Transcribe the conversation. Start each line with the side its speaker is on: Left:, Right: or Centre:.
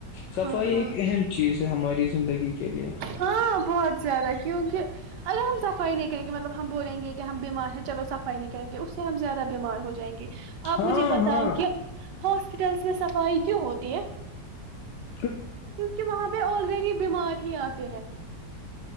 Left: صفائی
Right: ہاں ہاں
Left: ایک اہم چیز ہماری زندگی کے لیے
Right: ہاں بہت زیادہ کیونکہ اگر ہم صفائی نہیں کریں گے مطلب ہم بولیں گے کہ ہم ب بیمار ہیں چلو صفائی نہیں کہیں گے اس سے ہم زیادہ بیمار ہو جائیں گے آپ
Left: ہاں
Right: مجھے بتاؤ
Left: ہاں
Right: کہ ہاسپیٹلس میں صفائی کیوں ہوتی ہے
Left: ہ <inaudible>
Right: کیونکہ وہاں پہ آلریڈی بیمار ہی آتے ہیں